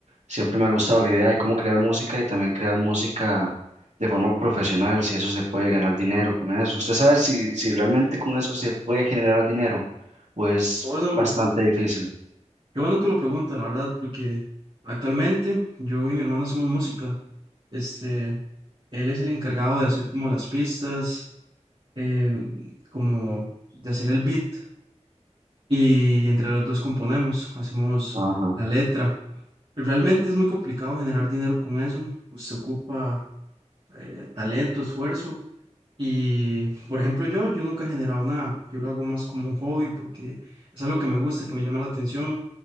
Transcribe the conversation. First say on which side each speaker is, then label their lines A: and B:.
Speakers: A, on the right (about 70°); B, on the right (about 45°).
A: Siempre me ha gustado la idea de cómo crear música y también crear música de forma profesional, si eso se puede ganar dinero con eso. ¿Usted sabe si, si realmente con eso se puede generar dinero o es
B: Qué Bueno,
A: bastante difícil?
B: qué bueno que lo pregunta, la verdad, porque actualmente yo y mi hermano hacemos música. Este, él es el encargado de hacer como las pistas eh, como de hacer el beat y entre los dos componemos, hacemos
A: Ajá.
B: la letra. Realmente es muy complicado generar dinero con eso. Usted ocupa eh, talento, esfuerzo y, por ejemplo, yo, yo nunca he generado nada. Yo lo hago más como un hobby porque es algo que me gusta, que me llama la atención